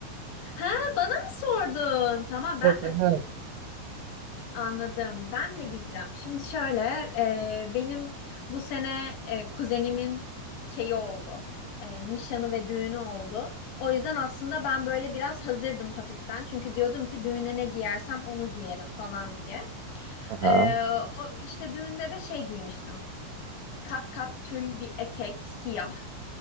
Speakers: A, on the left; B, on the right.
A: Ha bana mı sordun? Tamam ben
B: Evet evet.
A: de anladım. Ben de giyeceğim. Şimdi şöyle e, benim bu sene e, kuzenimin şeyi oldu. E, nişanı ve düğünü oldu. O yüzden aslında ben böyle biraz hazırdım hafiften. Çünkü diyordum ki düğüne ne giyersem onu giyerim falan diye.
B: Aha.
A: E, o işte düğünde de şey giymiştim. Kat kat tül bir etek, siyah.